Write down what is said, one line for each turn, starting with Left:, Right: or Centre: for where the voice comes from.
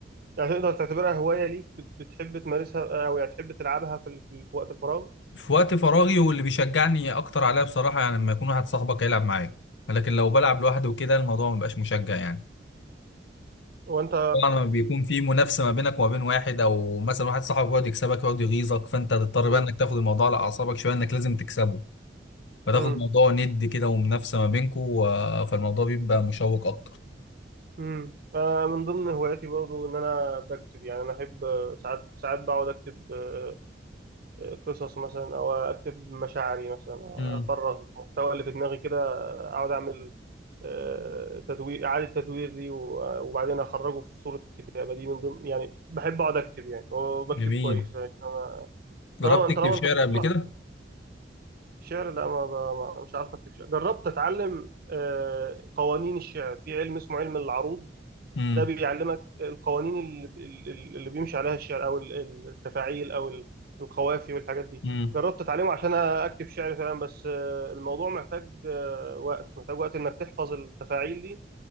Right: يعني تقدر تعتبرها هواية ليك بت- بتحب تمارسها آه، أو يعني تحب تلعبها في, ال- في وقت الفراغ
Left: في وقت فراغي واللي بيشجعني أكتر عليها بصراحة يعني لما يكون واحد صاحبك هيلعب معاك لكن لو بلعب لوحدي وكده الموضوع مبقاش مشجع يعني
Right: وأنت
Left: طبعا لما بيكون في منافسه ما بينك وما بين واحد او مثلا واحد صاحبك يقعد يكسبك يقعد يغيظك فانت تضطر
Right: مم.
Left: بقى انك تاخد الموضوع على اعصابك شويه انك لازم تكسبه فتاخد
Right: مم.
Left: الموضوع ند كده ومنافسه ما بينكم فالموضوع بيبقى مشوق اكتر
Right: مم. أنا من ضمن هواياتي برضو إن أنا بكتب يعني أنا أحب آه، ساعات ساعات بقعد أكتب آه، آه، قصص مثلا أو أكتب مشاعري مثلا أو
Left: امم
Right: أفرغ المحتوى اللي في دماغي كده آه، أقعد أعمل آه، تدوير إعادة تدوير لي و- وبعدين أخرجه في صورة كتابة دي من ضمن يعني بحب أقعد أكتب يعني وبكتب
Left: جميل
Right: كويس يعني
Left: جربت
Right: طالما
Left: تكتب
Right: طالما
Left: شعر
Right: أنت بتقرأ
Left: قبل كده
Right: شعر لا ما ما- ما- مش عارف اكتب شعر جربت اتعلم آه، قوانين الشعر في علم اسمه علم العروض
Left: امم
Right: ده بيعلمك القوانين اللي, اللي بيمشي عليها الشعر او ال- ال- التفاعيل او ال- القوافي والحاجات دي
Left: امم
Right: جربت اتعلمه عشان اكتب شعر فعلا بس آه، الموضوع محتاج آه، وقت محتاج وقت انك تحفظ التفاعيل دي